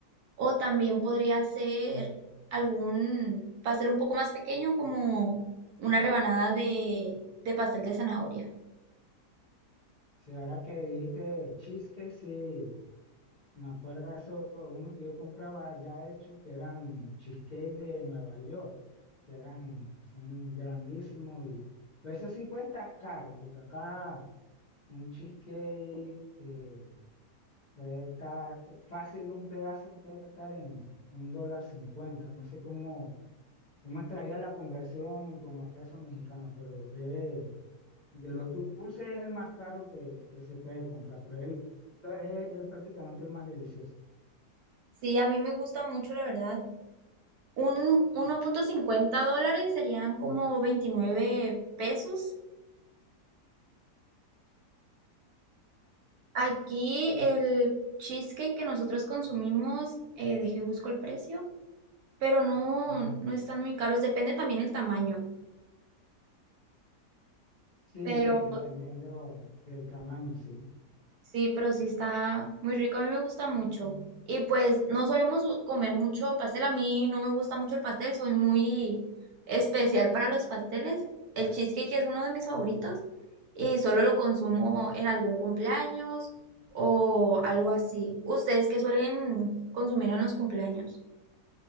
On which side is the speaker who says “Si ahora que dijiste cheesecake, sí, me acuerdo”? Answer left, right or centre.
Left